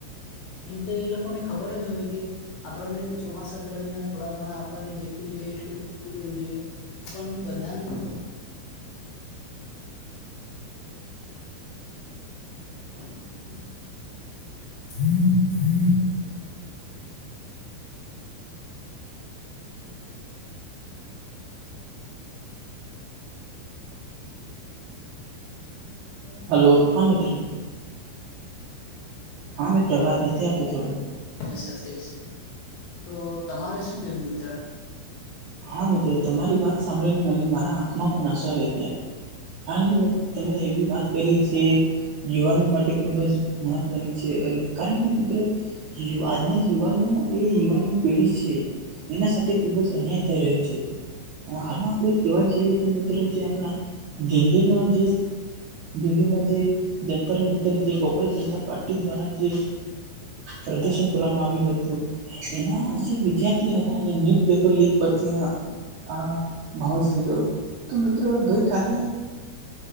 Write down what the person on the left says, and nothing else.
એમતે એ લોકોને ખબર જ હોય કે. આપણને ચોમાસા દરમિયાન થોડા ઘણા આપણને જેટલું જોઈએ એટલું <unintelligible> જોઈએ. પણ બધાનું. <inaudible> <inaudible>
સમસ્યા થઈ છે, તો તમારે શું કેવુ મિત્ર?